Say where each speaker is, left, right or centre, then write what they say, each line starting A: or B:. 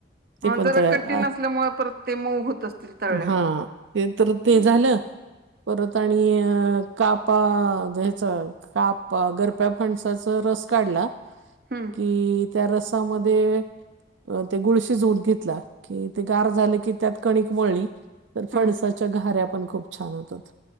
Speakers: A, on the right; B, on the right.
A: ते
B: हा
A: पण
B: जरा
A: तर
B: कठीण
A: अ
B: असल्यामुळे परत ते मऊ होत असतील तळल्यावर
A: हा ते तर ते
B: हम्म
A: झालं परत आणि अ कापा्याच काप गरप्या फणसाचा रस काढला
B: हम्म
A: कि त्या रसामध्ये अ ते गुळ शिजवून घेतला कि ते गार झालं की त्यात कणिक वळली तर फणसाच्या
B: हम्म
A: गऱ्या पण खूप छान होतात